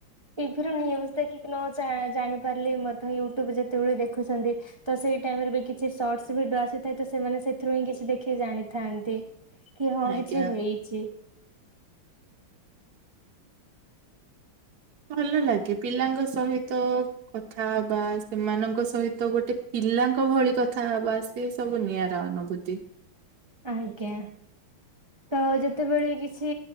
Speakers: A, on the right; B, on the right.
A: ଟିଭିରୁୁ ନ୍ଯୂଜ ଦେଖିକି ନ ଜା ଜାଣି ପାରିଲେ ଲେ ମଧ୍ୟ ୟୂଟୁବ୍ ଯେତବେଳେ ଦେଖୁଛନ୍ତି ତ ସେଇ ଟାଇମରେ ବି କିଛି ସର୍ଟସ ଭିଡିଅ ଆସିଥାଏ ତ ସେମାନେ ସେଥିରୁ କିଛି ଦେଖିକି ଜାଣିଥାନ୍ତି କି ହଁ
B: ଆଜ୍ଞା।
A: କିଛି ହେଇଛି
B: ଭଲ ଲାଗେ ପିଲାଙ୍କ ସହିତ କଥା ବା ସେମାନଙ୍କ ସହିତ ଗୋଟେ ପି ପିଲାଙ୍କ ଭଳି କଥା ହବା ସି ସବୁ ନିଆରା ଅନୁଭୂତି
A: ଆଜ୍ଞ ତ ଯେତେବେଳେ କିଛି